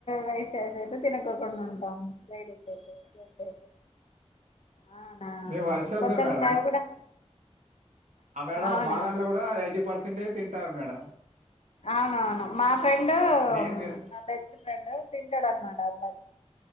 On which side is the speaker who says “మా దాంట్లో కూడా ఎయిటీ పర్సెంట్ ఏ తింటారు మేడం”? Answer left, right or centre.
Right